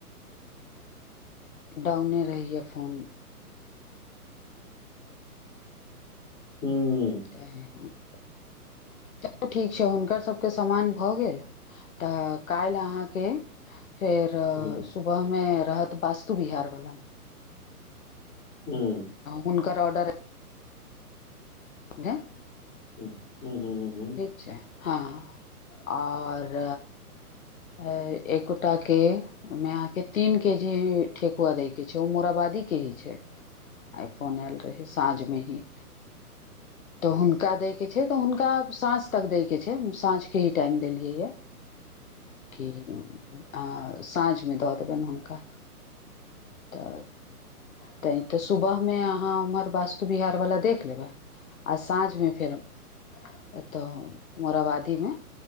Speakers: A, on the left; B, on the left.
A: डाउने रहय फोन
B: हूँ
A: त ठीक छै हुनकर सबके समान भऽ गेल तऽ काल्हि अहाँके फेर
B: हूँ
A: सुबह मे रहत वास्तु बिहार वला
B: हूँ
A: हुनकर ऑर्डर हे
B: ह हू हू हू
A: ठीक छै हँ ओर ह एकोटा के माय के तीन के जे ठेेकुआ दै के छै ओ मोराबादी के ठीक आइ फोन आयल रहै साँझ मे ही तऽ हुनका दय के छै तऽ हुनका साँझ तक दय के छै साँझ के ही टाइम देलियै य कि अ साँझमे दऽ देबन हुनका तऽ तै तऽ सुबह मे अहाँ उम्हर वास्तु बिहारवला देख लेबै आ साँझ मे फेर ए तऽ मोराबादी मे